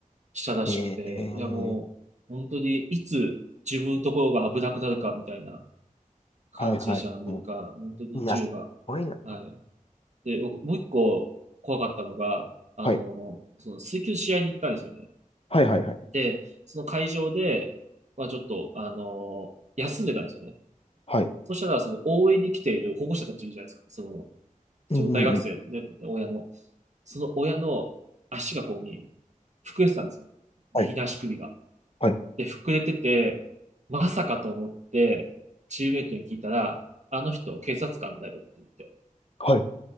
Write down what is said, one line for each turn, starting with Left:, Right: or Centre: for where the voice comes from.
Right: したらしくて、
Left: ええー、
Right: いや、もう、本当に、いつ自分のところが危なくなるかみたいな感じでした、
Left: はい、はい。
Right: アメリカ。
Left: う
Right: 本当に銃が。
Left: んいや、すごいな。
Right: はいで、僕、もう一個怖かったのが、あの、
Left: はい、
Right: その水球試合に行ったんですよね。
Left: はい、はい、はい。
Right: で、その会場で、まあちょっと、あの、休んでたんですよね。
Left: はい。
Right: そしたら、その応援に来ている保護者たちいるじゃないですか。その、一応大学生、
Left: うん、うん、うん。
Right: ね、親の。その親の足がこうに、膨れてたんですよ。
Left: はい、
Right: 右の足首が。
Left: はい、
Right: で、膨れてて、まさかと思って、チームメイトに聞いたら、あの人、警察官だよって言って。
Left: はい。